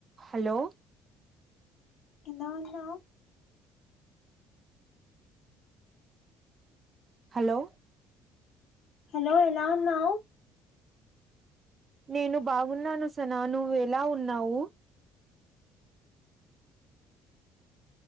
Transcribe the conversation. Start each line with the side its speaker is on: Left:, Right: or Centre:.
Right: Hello
Left: ఎలా ఉన్నా
Right: hello
Left: hello ఎలా ఉన్నావ్
Right: నేను బాగున్నాను సనా నువ్వు ఎలా ఉన్నావు